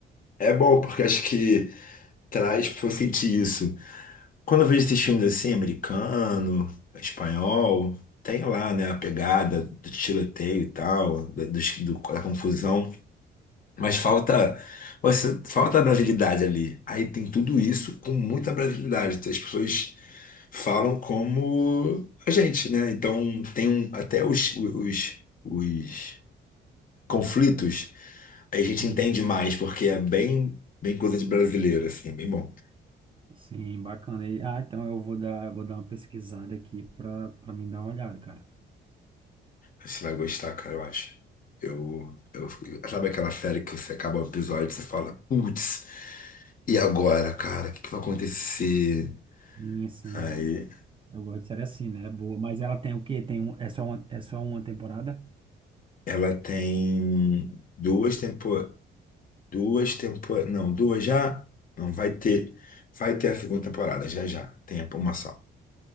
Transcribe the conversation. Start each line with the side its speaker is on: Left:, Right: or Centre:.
Left: é bom, porque acho que traz pra eu sentir isso. Quando eu vejo esses filmes assim, americano, espanhol, tem lá, né, a pegada do tiroteio e tal, da, dos- do- da confusão. Mas falta, você- falta a brasilidade ali. Aí tem tudo isso com muita brasilidade. As pessoas falam como a gente, né? Então tem um- até
Right: Sim,
Left: os, os, os conflitos a gente
Right: sim,
Left: entende mais, porque é bem, bem coisa de brasileiro, assim, é bem bom.
Right: Sim, bacana. E- Ah, então eu vou dar, eu vou dar uma pesquisada aqui pra, pra mim dar uma olhada, cara.
Left: Você vai gostar, cara, eu acho. Eu, eu, sabe aquela série que você acaba o episódio e você fala, putz, e agora, cara, o que que vai acontecer?
Right: E assim,
Left: aí
Right: é, eu gosto de série assim, né? É Boa. Mas ela tem o quê? Tem um, é só uma, é só uma temporada?
Left: Ela tem duas tempo, duas tempo, não, duas já, não vai ter, vai ter a segunda temporada já já, tem uma só.